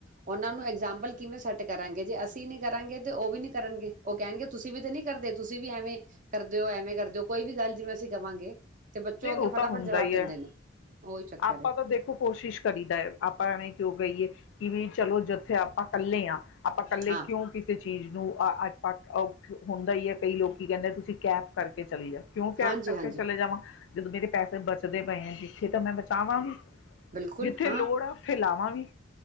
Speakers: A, on the right; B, on the left.
A: ਉਹਨਾਂ ਨੂੰ ਐਗਜਾਮਪਲ ਕਿਵੇਂ ਸੈੱਟ ਕਰਾਂਗੇ ਜੇ ਅਸੀਂ ਨੀ ਕਰਾਂਗੇ ਤੇ ਉਹ ਵੀ ਨੀ ਕਰਨਗੇ, ਉਹ ਕਹਿਣਗੇ। ਤੁਸੀਂ ਵੀ ਤਾਂ ਨਹੀਂ ਕਰਦੇ, ਤੁਸੀਂ ਵੀ ਐਵੇਂ ਕਰਦੇ ਹੋ, ਐਵੇਂ ਕਰਦੇ ਹੋ। ਕੋਈ ਵੀ ਗੱਲ ਜਿਵੇਂ ਅਸੀਂ ਕਵਾਂਗੇ ਤੇ ਬੱਚੋਂ
B: ਨਹੀਂ
A: ਅੱਗੇ
B: ਉਹ ਤਾਂ
A: ਫਟਾਫਟ
B: ਹੁੰਦਾ
A: ਜਵਾਬ
B: ਹੀ
A: ਦਿੰਦੇ
B: ਹੈ,
A: ਨੇ ਉਹੀ ਚੱਕਰ
B: ਆਪਾਂ
A: ਹੈ
B: ਤਾਂ ਦੇਖੋ ਕੋਸ਼ਿਸ਼ ਕਰੀਦਾ, ਆਪਾਂ ਐਵੇਂ ਕਿਉਂ ਕਹੀਏ। ਕਿ ਬਈ ਚੱਲੋ, ਜਿੱਥੇ ਆਪਾਂ ਇਕੱਲੇ ਹਾਂ ਆਪਾਂ ਇਕੱਲੇ,
A: ਹਾਂ
B: ਕਿਉਂ ਕਿਸੇ ਚੀਜ਼ ਨੂੰ ਅ ਅ ਪੱਕ ਹੁੰਦਾ ਹੀ ਹੈ, ਕਈ ਲੋਕੀਂ ਕਹਿੰਦੇ ਤੁਸੀਂ ਕੈਬ ਕਰਕੇ ਚਲੀ ਜਾ। ਕਿਉਂ ਕੈਬ
A: ਹਾਂਜੀ
B: ਕਰਕੇ
A: ਹਾਂਜੀ
B: ਚਲੇ ਜਾਵਾਂ। ਜਦੋਂ ਮੇਰੇ ਪੈਸੇ ਬਚਦੇ ਪਏ ਆ, ਜਿੱਥੇ ਤਾਂ ਮੈਂ ਬਚਾਵਾਂਗੀ।
A: ਬਿਲਕੁਲ
B: ਜਿੱਥੇ
A: ਹਾਂ
B: ਲੋੜ ਆ, ਉਥੇ ਲਾਵਾਂ ਵੀ।